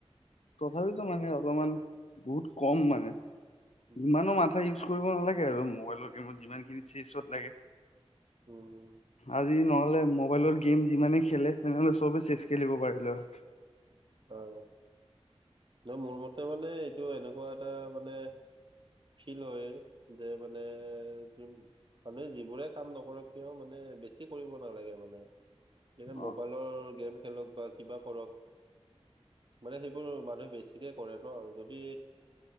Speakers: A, on the left; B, on the right.
A: তথাপিতো মানে অলপমান বহুত কম মানে,
B: উম
A: যিমানো মা <unintelligible> ইউজ কৰিব নালাগে আৰু মোবাইলৰ গেমত যিমানখিনত চেইছত লাগে।
B: উম
A: আজি নহ'লে মোবাইলৰ গেম যিমানে খেলে তেনেহ'লে চবে চেচ খেলিব পাৰিলে হয়।
B: অ'। ন' মোৰ মতে মানে এইটো এনেকুৱা এটা মানে ফিল হয় যে মানে যোন মানে যিবোৰে কাম নকৰক কিয় মানে বেছি কৰিব নালাগে মানে। যেনে
A: অ
B: মোবাইলৰ গেম খেলক বা কিবা কৰক মানে সেইবোৰ মানুহে বেছিকে কৰে ন' যদি